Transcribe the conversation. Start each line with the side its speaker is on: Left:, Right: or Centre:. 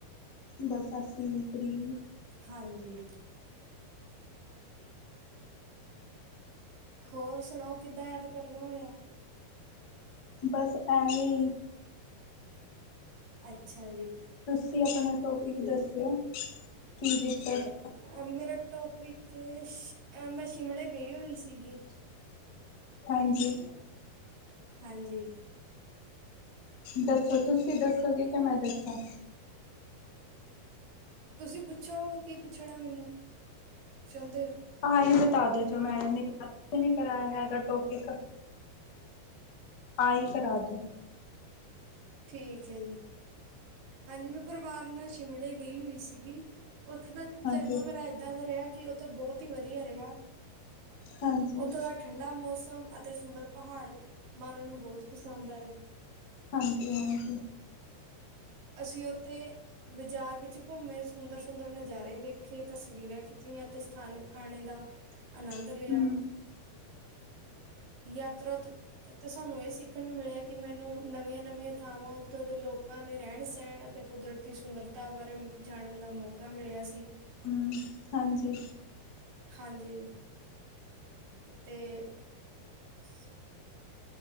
Left: ਬੱਸ ਅੱਸੀ ਵੀ ਫ੍ਰੀ
Right: ਹਾਂਜੀ। ਹੋਰ ਸੁਣਾਓ ਕਿੱਦਾਂ ਯਾਦ ਕਰਨ ਹੋਏਆ?
Left: ਬਸ ਐਵੇਂ ਈ।
Right: ਅੱਛਾ ਜੀ।
Left: ਤੂਸੀ ਅਪਣਾ ਟੋਪਿਕ ਦੱਸੋ ਕੀ ਦਿੱਤਾ ਜ
Right: ਅ ਮੇਰਾ ਟੋਪਿਕ ਏ ਸ਼, ਮੈਂ ਸ਼ਿਮਲੇ ਗਈ ਹੋਈ ਸੀਗੀ।
Left: ਹਾਂਜੀ।
Right: ਹਾਂਜੀ।
Left: ਦੱਸੋ ਤੂਸੀ ਦੱਸੋਗੇ, ਕੇ ਮੈਂ ਦੱਸਾਂ?
Right: ਤੂਸੀ ਪੁੱਛੋ ਕੀ ਪੁੱਛਣਾ ਮੈਨੂੰ ਚੋਂਦੇ ਓ?
Left: ਆ ਹੀ ਬਤਾ ਦੋ ਜੋ ਮੈਡਮ ਨੇ ਅਤੇ ਨੀ ਕਰਾਏਆ ਹੈਗਾ ਟੋਪਿਕ। ਆ ਈ ਕਰਾ ਦੋ।
Right: ਠੀਕ ਏ ਜੀ। ਹਾਂਜੀ, ਮੈਂ ਪਰਵਾਰ ਨਾਲ ਸ਼ਿਮਲੇ ਗਈ ਹੋਈ ਸੀਗੀ ਓਥੇ ਦਾ ਚਰਬਾ
Left: ਹਾਂਜੀ
Right: ਮੇਰਾ ਏਦਾਂ ਦਾ ਰੇਹਾ, ਕਿ ਓ ਤੇ ਬੋਤ ਈ ਵਦੀਆ ਰੇਹਾ।
Left: ਹਾਂਜੀ
Right: ਓਥੋਂ ਦਾ ਠੰਡਾ ਮੌਸਮ ਤੇ ਸੁੰਦਰ ਪਹਾੜ ਮੰਨ ਨੂੰ ਬੋਹਤ ਪਸੰਦ ਆਏ।
Left: ਹਾਂਜੀ, ਹਾਂਜੀ।
Right: ਅਸੀ ਓਥੇ ਬਾਜਾਰ ਵਿੱਚ ਘੁੰਮੇ, ਸੁੰਦਰ-ਸੁੰਦਰ ਨਜਾਰੇ ਵੇਖੇ, ਤਸਵੀਰਾਂ ਖਿੱਚੀਆਂ ਤੇ ਫਨ ਖਾਣੇ ਦਾ ਆਨੰਦ
Left: ਹੂੰ
Right: ਲੇਆ, ਯਾਤਰਾ ਤੋ ਤੇ ਸਾਨੂੰ ਏ ਸਿੱਖਣ ਨੂੰ ਮਿਲੇਆ ਕਿ ਮੈਨੂੰ ਨਵੀਆਂ-ਨਵੀਆਂ ਥਾਵਾਂ ਉਥੋਂ ਦੇ ਲੋਕਾਂ ਨ ਪੇ ਰੈਨ-ਸੈਣ ਅਤੇ ਕੁਦਰਤੀ ਸੁੰਦਰਤਾ ਬਾਰੇ ਜਾਣਨ ਦਾ ਮੌਕਾ ਮਿਲੇਆ ਸੀ।
Left: ਹੂੰ ਹਾਂਜੀ।
Right: ਹਾਂਜੀ, ਤੇ ਸ